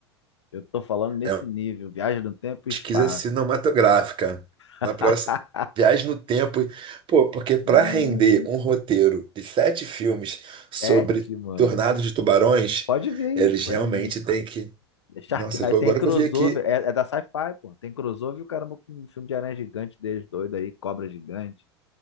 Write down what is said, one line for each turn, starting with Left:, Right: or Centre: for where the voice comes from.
Left: Eu tô falando nesse
Right: é uma
Left: nível. Viagem no tempo e
Right: pesquisa
Left: espaço.
Right: cinematográfica.
Left: <laughs>
Right: Na próxima, viagem no tempo. Pô, porque para
Left: Hum,
Right: render um roteiro de sete filmes sobre
Left: Sete, mano.
Right: Tornado de Tubarões,
Left: Pode vir aí,
Right: eles
Left: pode
Right: realmente
Left: vir.
Right: têm que.
Left: É Sharknado
Right: Nossa, agora
Left: tem crossover,
Right: que eu vi aqui.
Left: é, é da Sci-Fi, pô. Tem crossover e o caramba com um filme de aranha gigante deles doido aí, cobra gigante.